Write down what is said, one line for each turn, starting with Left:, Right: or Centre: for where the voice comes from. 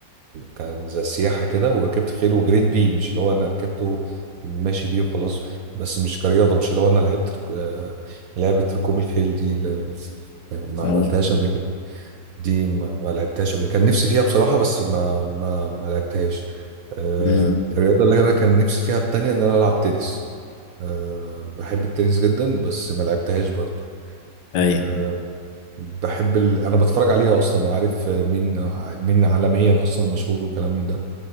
Right: كان زي سياحه كده وركبت خيل وجريت بيه مش اللي هو انا ركبته ماشي بيه وخلاص بس مش كرياضه مش اللي هو انا لعبت رك- آه، لعبه ركوب الخيل دي ل- آه، ما
Left: اه
Right: عملتهاش قبل كده دي ما, ما لعبتهاش قبل كان نفسي فيها بصراحه بس ما ما ما لعبتهاش أه
Left: امم
Right: الرياضه اللي انا كان نفسي فيها التانية ان انا العب تنس أه بحب التنس جدا بس ما لعبتهاش برضه
Left: اي
Right: آه، بحب ال... انا بتفرج عليها اصلا وعارف مين مين عالميا اصلا مشهور وكلام من ده